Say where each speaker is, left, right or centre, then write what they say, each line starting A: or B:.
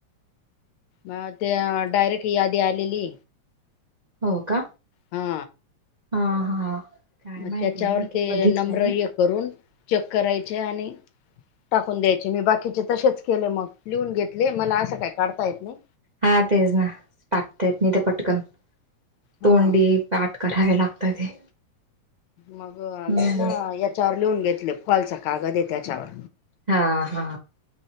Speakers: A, on the left; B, on the right.
A: मग ते डायरेक्ट यादी आलेली
B: हो का
A: हा
B: हा हा काय
A: मग
B: माहिती
A: त्याच्यावर
B: नाही मी काय
A: ते
B: बघितलं
A: नम्रय
B: नाही
A: करून चेक करायचे आणि टाकून द्यायचे मी बाकीचे तसेच केले मग लिहून घेतले मला असं काय काढता येत नाही
B: हा तेच ना टाकताेत म ते पटकन
A: हा
B: तोंडी पाठ करावे लागतात ते
A: मग
B: हम्म
A: मी ना याच्यावर लिहून घेतले फॉलच कागद आहे त्याच्यावर
B: हा हा